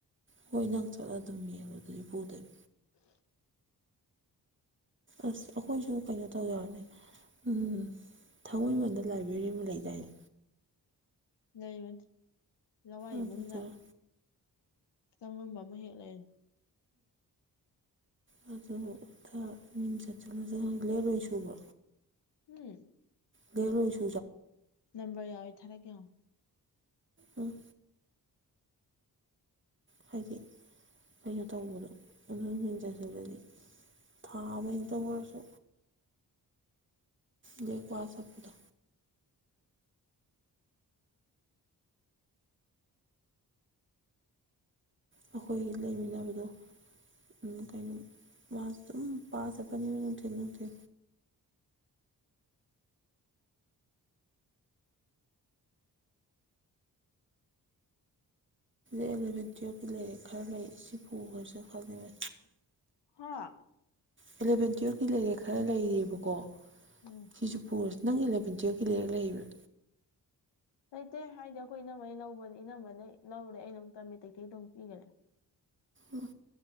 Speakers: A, on the right; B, on the left.
A: ꯍꯣꯏ ꯅꯪ ꯆꯠꯂ ꯑꯗꯨꯝꯅꯦꯕ ꯑꯗꯨꯗꯤ ꯄꯨꯗꯣꯏ
B: ꯎ
A: ꯑꯁ ꯑꯩꯈꯣꯏꯁꯨ ꯀꯩꯅꯣ ꯇꯧꯖꯔꯅꯦ ꯎꯝ ꯊꯥꯡꯃꯩꯕꯟꯗ ꯂꯥꯏꯕ꯭ꯔꯦꯔꯤ ꯑꯃ ꯂꯩꯗꯥꯏꯅꯦ
B: ꯂꯩꯕ ꯂꯋꯥꯏ
A: ꯑꯗꯨꯗ
B: ꯏꯕꯨꯡꯅ ꯆꯪꯕ ꯑꯃ ꯍꯦꯛꯂꯅ
A: ꯎꯝ ꯑꯗꯨ ꯃꯤꯡ ꯆꯠꯁꯤꯜꯂꯁꯨ ꯍꯂꯦ ꯂꯣꯏ ꯁꯨꯕ
B: ꯎꯝ
A: ꯂꯩꯉ
B: ꯅꯝꯕꯔ ꯌꯥꯎꯋꯦ ꯊꯥꯔꯛꯀꯦ
A: ꯎꯝ ꯍꯥꯏꯗꯤ ꯀꯩꯅꯣ ꯇꯧꯕꯗꯣ ꯑꯗꯨ ꯃꯦꯟꯖꯖꯗꯗꯤ ꯊꯥꯕꯒꯤꯇ ꯑꯣꯏꯔꯁꯨ ꯂꯩꯀ ꯁꯄꯗ ꯑꯩꯈꯣꯏꯒꯤ ꯂꯩꯃꯤꯟꯅꯕꯗꯨ ꯀꯩꯅ ꯃ ꯄꯥꯁ ꯅꯨꯡꯊꯤ ꯅꯨꯡꯊꯤ ꯑꯦꯂꯚꯦꯟ ꯇꯨꯋꯞꯀꯤ ꯂꯔꯛ ꯈꯔ ꯂꯩ ꯁꯤ ꯄꯨꯈ꯭ꯔꯁꯨꯦ ꯈꯜꯂꯤꯕ
B: ꯍꯥꯥ
A: ꯑꯦꯂꯚꯦꯟ ꯇꯨꯌꯦꯜꯞꯀꯤ ꯂꯩꯔꯦ ꯈꯔ ꯂꯩꯔꯦꯕꯀꯣ
B: ꯎꯝ
A: ꯁꯤꯁꯨ ꯄꯨꯔꯁꯤ ꯅꯪ ꯑꯦꯂꯚꯦꯟ ꯇꯨꯌꯦꯜꯀꯤ ꯂꯩꯔ ꯂꯩꯕ꯭ꯔꯥ
B: ꯂꯩꯇꯦ ꯍꯥꯏꯗꯤ ꯑꯩꯈꯣꯏ ꯏꯅꯃꯩ ꯂꯧꯕꯅꯤ ꯏꯩꯅꯝꯕꯅ ꯂꯧꯔꯦ ꯑꯩꯅ ꯑꯃꯨ ꯇꯝꯃꯤ ꯇꯩꯊꯩꯗ ꯑꯃꯨꯛ ꯄꯤꯒꯅꯦꯦ
A: ꯎꯝ